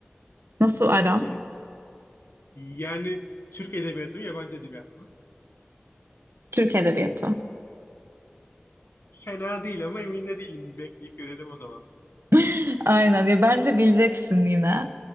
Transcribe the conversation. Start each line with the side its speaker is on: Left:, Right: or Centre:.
Right: Nasıl aran?
Left: Peki. Yani Türk edebiyatı mı yabancı edebiyat mı?
Right: Türk edebiyatı.
Left: Fena değil ama emin de değilim. Bir bekleyip görelim o zaman.
Right: <laughs> Aynen ya bence bileceksin yine.